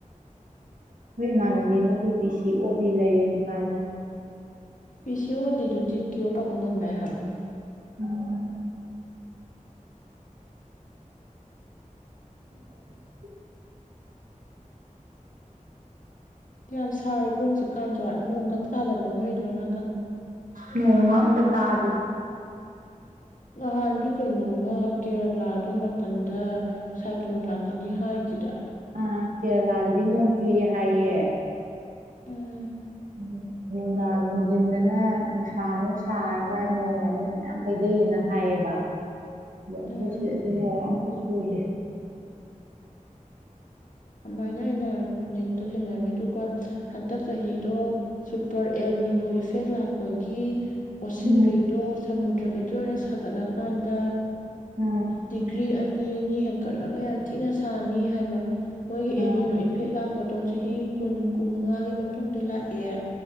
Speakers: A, on the right; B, on the left.
A: ꯑꯩꯈꯣꯏ ꯏꯃꯥꯟꯅꯕꯤ ꯑꯃꯁꯨ ꯄꯤ ꯁꯤ ꯑꯣ ꯗꯤ ꯂꯩꯌꯦꯅ ꯍꯥꯏꯗꯨꯅꯤ
B: ꯄꯤ ꯁꯤ ꯑꯣ ꯗꯤꯗꯨꯗꯤ ꯀ꯭ꯌꯣꯔ ꯇꯧꯕ ꯉꯝꯃꯦ ꯍꯥꯏꯕꯔꯥ?
A: ꯎꯝ꯫ <inaudible>
B: ꯌꯥꯝ ꯁꯥꯔꯤꯕ꯭ꯔꯣ ꯍꯧꯖꯤꯛꯀꯥꯟꯁꯨ ꯅꯣꯡ ꯀꯝꯇ ꯇꯥꯗꯕ꯭ꯔꯣ ꯅꯣꯏꯗꯅꯣ?
A: ꯅꯣꯡꯒ ꯑꯝꯇ ꯇꯥꯗꯦꯗ꯫ <inaudible>
B: ꯅꯍꯥꯟꯗꯤ ꯀꯩꯅꯣꯝꯃ ꯀꯦꯔꯂꯥꯗꯣ ꯅꯥꯀꯟꯗ ꯁꯥꯏꯀ꯭ꯂꯣꯟ ꯂꯥꯛꯀꯅꯤ ꯍꯥꯏꯈꯤꯗ꯫
A: ꯑꯥ ꯀꯦꯔꯦꯂꯥꯗꯗꯤ ꯅꯣꯡ ꯆꯨꯏꯌꯦ ꯍꯥꯏꯌꯦ꯫
B: ꯎꯝ
A: ꯎ ꯅꯨꯡꯗꯥꯡ ꯅꯨꯡꯗꯤꯟꯗꯅ ꯅꯨꯡꯁꯥ ꯑꯃꯨꯛ ꯁꯥꯔꯒ ꯅꯣꯡ ꯑꯃꯨꯛ ꯃꯌꯥꯝ ꯍꯩꯊꯩꯑꯅ ꯍꯥꯏꯌꯦꯕ ꯑꯗꯣ ꯑꯩꯈꯣꯏ
B: ꯎꯝ
A: ꯁꯤꯗꯗꯤ ꯅꯣꯡ ꯑꯝꯇ ꯆꯨꯗꯦ꯫
B: ꯑꯗꯨꯃꯥꯏꯅ ꯑꯩꯅ ꯅꯦꯠꯇ ꯊꯦꯡꯅꯔꯝꯃꯦ ꯑꯗꯨꯒ ꯍꯟꯗꯛ ꯆꯍꯤꯗꯣ ꯁꯨꯄꯔ ꯑꯦꯜꯅꯤꯅꯣ ꯏꯐꯦꯛ ꯂꯥꯛꯄꯒꯤ ꯑꯣꯁꯤꯟꯈꯩꯗꯣ
A: ꯎꯝ
B: ꯁꯃꯨꯗ꯭ꯔꯈꯩꯗꯣ ꯂꯣꯏꯅ ꯁꯥꯒꯠꯂꯛ ꯀꯥꯟꯗ
A: ꯎꯝ
B: ꯗꯤꯒ꯭ꯔꯤ ꯑꯅꯤ ꯍꯦꯟꯀꯠꯂꯒ ꯌꯥꯝ ꯊꯤꯅ ꯁꯥꯅꯤ ꯍꯥꯏꯕ꯫ ꯃꯣꯏꯒꯤ
A: ꯎꯝ
B: ꯑꯦꯅꯤꯅꯣ ꯏꯐꯦꯛ ꯂꯥꯛꯄꯗꯣ ꯆꯍꯤ ꯀꯨꯟ - ꯀꯨꯟ ꯃꯉꯥꯒꯤ ꯃꯇꯨꯡꯗ ꯂꯥꯛꯑꯦ